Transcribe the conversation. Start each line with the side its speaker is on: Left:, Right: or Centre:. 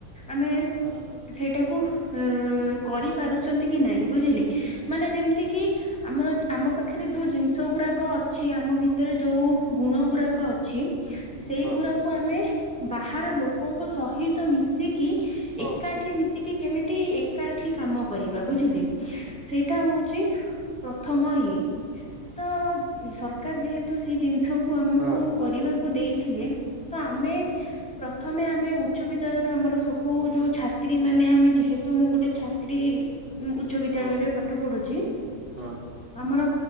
Centre: ଆମେ
Right: ହଁ।
Centre: ସେଇଟାକୁ ଅ କରି ପାରୁଛନ୍ତି କି ନାଇଁ ବୁଝିଲେ ମାନେ ଯେମିତି କି ଆମର, ଆମ ପାଖରେ ଯୋଉ ଜିନିଷ ଗୁଡାକ ଅଛି ଆମ ଭିତରେ ଯୋଉ ଗୁଣ ଗୁଡାକ ଅଛି। ସେଇ
Right: ହଁ
Centre: ଗୁରା କୁ ଆମେ ବାହାର ଲୋକଙ୍କ ସହିତ ମିଶିକି,
Right: ହଁ
Centre: ଏକାଠି ମିଶିକି କେମି ଏକାଠି କାମ କରିବା, ବୁଝିଲେ ସେଇଟା ହଉଛି ପ୍ରଥମ ଇଏ ତ ସରକାର ଯେହେତୁ ସେଇ ଜିନିଷକୁ ଆମକୁ
Right: ହଁ ହଁ
Centre: କରିବାକୁ ଦେଇଥିଲେ। ତ ଆମେ ପ୍ରଥମେ ଆମେ ଉଚ୍ଚ ବିଦ୍ୟାଳୟରେ ଆମର ସବୁ ଯୋଉ ଛାତ୍ରୀ ମାନେ, ଆମେ ଯେହେ ତ ମୁଁ ଗୋଟେ ଛାତ୍ରୀ ଉଚ୍ଚ ବିଦ୍ୟାଳୟରେ
Right: ହଁ
Centre: ପାଠ ପଢୁଛି
Right: ହଁ
Centre: ଆମର